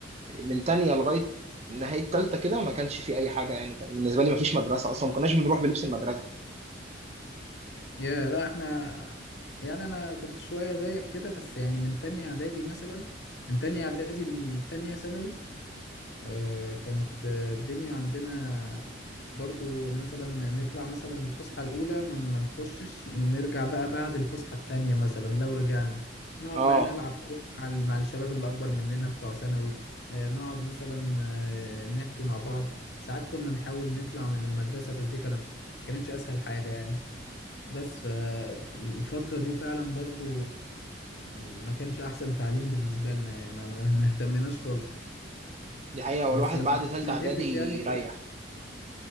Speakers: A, on the right; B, on the left.
A: من تانية لغايه نهايه تالتة كده ما كانش في اي حاجه يعني كان بالنسبه لي ما فيش مدرسه اصلا ما كناش بنروح بلبس المدرسه
B: يا لا احنا يعني انا كنت شويه زيك كده بس يعني من تانية اعدادي مثلا من تانية اعدادي لتانية ثانوي آه كانت آه، الدنيا عندنا برضو مثلا نطلع مثلا الفسحه الاولى من ما نخشش نرجع بقى بعد الفسحه التانية مثلا لو رجعنا نقعد
A: اه
B: بقى نلعب كوره مع ال- مع الشباب اللي اكبر مننا بتوع ثانوي آه نقعد مثلا آه نحكي مع بعض ساعات كنا نحاول نطلع من المدرسه بس دي كانت كانتش اسهل حاجه يعني بس فالفترة دي فعلا برضو ما كانش أحسن تعليم بالنسبة لنا يعني ما, ما, ما اهتمناش خالص
A: دي حقيقه والواحد
B: بس لما
A: بعد
B: كنا
A: تالتة اعدادي
B: بنتقفش يعني
A: يريح
B: كان